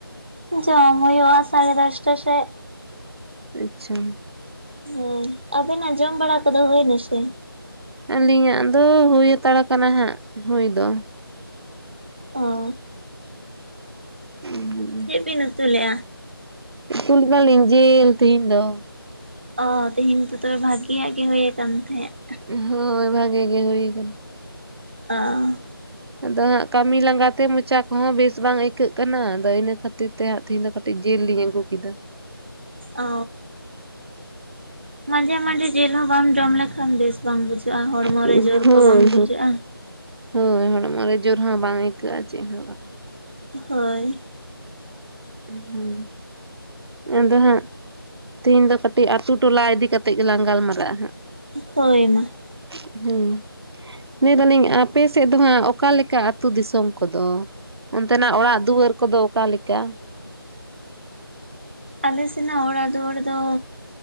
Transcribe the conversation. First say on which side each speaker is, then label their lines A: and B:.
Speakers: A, on the right (about 30°); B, on the right (about 85°).
A: ᱡᱚᱢ ᱦᱩᱭᱩᱜᱼᱟ ᱥᱟᱲᱮ ᱫᱚᱥᱴᱟ ᱥᱮᱜ᱾
B: ᱟᱪᱪᱷᱟ᱾
A: ᱦᱳᱭ ᱟᱵᱮᱱᱟᱜ ᱡᱚᱢ ᱵᱟᱲᱟ ᱠᱚᱫᱚ ᱦᱩᱭᱱᱟᱥᱮ?
B: ᱟᱹᱞᱤᱧᱟᱜ ᱫᱚ ᱦᱩᱭ ᱦᱟᱛᱟᱲᱟ ᱠᱟᱱᱟ ᱦᱟᱸᱜ ᱦᱩᱭ ᱫᱚ᱾
A: ᱚ
B: ᱦᱩᱸᱜ᱾
A: ᱪᱮᱫ ᱵᱤᱱ ᱩᱛᱩ ᱞᱮᱜᱼᱟ?
B: ᱩᱛᱩ ᱞᱮᱜᱼᱟ ᱞᱤᱧ ᱡᱮᱞ ᱛᱮᱦᱮᱧ ᱫᱚ ᱾
A: ᱚ ᱛᱮᱦᱤᱧ ᱫᱚ ᱛᱚᱵᱮ ᱵᱷᱟᱜᱮᱭᱟᱜ ᱜᱮ ᱦᱩᱭ ᱟᱠᱟᱱ ᱛᱟᱦᱮᱸᱫ?
B: ᱦᱳᱭ, ᱵᱷᱟᱜᱮ ᱜᱮ ᱦᱩᱭ ᱟᱠᱟᱱᱟ ᱾
A: ᱚᱻ
B: ᱟᱫᱚ ᱦᱟᱸᱜ ᱠᱟᱹᱢᱤ ᱞᱟᱸᱜᱟᱛᱮ ᱢᱚᱪᱟ ᱠᱚᱦᱚᱸ ᱵᱮᱥ ᱵᱟᱝ ᱟᱹᱭᱠᱟᱹᱜ ᱠᱟᱱᱟ, ᱟᱫᱚ ᱤᱱᱟᱹ ᱠᱷᱟᱹᱛᱤᱨ ᱛᱮ ᱦᱟᱸᱜ ᱛᱮᱦᱮᱧ ᱫᱚ ᱠᱟᱹᱴᱤᱡ ᱡᱤᱞ ᱞᱤᱧ ᱟᱹᱜᱩ ᱠᱮᱫᱟ ᱾
A: ᱚ, ᱢᱟᱡᱷᱮ ᱢᱟᱡᱷᱮ ᱡᱤᱞ ᱦᱚᱸ ᱵᱟᱢ ᱡᱚᱢ ᱞᱮᱠᱷᱟᱱ ᱵᱮᱥ ᱵᱟᱝ ᱵᱩᱡᱷᱟᱹᱜᱼᱟ, ᱦᱚᱲᱢᱚᱮ
B: ᱦᱳᱭ
A: ᱡᱳᱨ
B: ᱦᱳᱭ
A: ᱠᱚ ᱵᱟᱝ ᱵᱩᱡᱷᱟᱹᱜᱼᱟ ᱾
B: ᱦᱳᱭ, ᱦᱚᱲᱢᱚ ᱨᱮ ᱡᱳᱨ ᱦᱚᱸ ᱵᱟᱝ ᱟᱹᱭᱠᱟᱹᱜᱼᱟ ᱪᱮᱫ ᱦᱚᱸ ᱵᱟᱝ ᱾
A: ᱦᱳᱭ ᱾
B: ᱦᱻᱦᱩᱸ᱾ ᱟᱫᱚ ᱦᱟᱸᱜ ᱛᱮᱦᱮᱧ ᱫᱚ ᱠᱟᱹᱴᱤᱡ ᱟᱛᱩ ᱴᱚᱞᱟ ᱤᱫᱤ ᱠᱟᱛᱮ ᱜᱮᱞᱟᱝ ᱜᱟᱞᱢᱟᱨᱟᱜᱼᱟ ᱦᱟᱸᱜ ᱾
A: ᱦᱳᱭ ᱢᱟ ᱾
B: ᱦᱩᱸ ᱾ ᱞᱟᱹᱭ ᱫᱟᱹᱞᱤᱧ ᱟᱯᱮ ᱥᱮᱫ ᱫᱚ ᱦᱟᱸᱜ ᱚᱠᱟ ᱞᱮᱠᱟ ᱟᱹᱛᱳ ᱫᱤᱥᱚᱢ ᱠᱚᱫᱚ? ᱚᱱᱛᱮ ᱱᱟᱜ ᱚᱲᱟᱜ ᱫᱩᱣᱟᱹᱨ ᱠᱚᱫᱚ ᱚᱠᱟ ᱞᱮᱠᱟ?
A: ᱟᱞᱮ ᱥᱮᱱᱟᱜ ᱚᱲᱟᱜ ᱫᱩᱣᱟᱹᱨ ᱫᱚ,